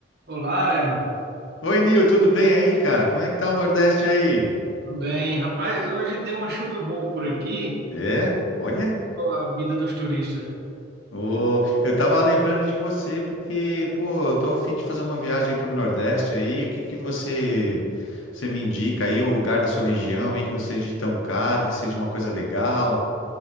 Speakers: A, on the right; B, on the left.
A: Olá, Herman.
B: Oi, Nil, tudo bem aí, cara? Como é que tá o Nordeste aí?
A: Tudo bem? Rapaz, hoje deu uma chuva boa por aqui,
B: É? Olha,
A: a vida dos turistas.
B: ô, eu tava lembrando de você porque, pô, eu tô a fim de fazer uma viagem pro Nordeste aí. O que que você você me indica aí, um lugar na sua região aí que não seja tão caro, que seja uma coisa legal,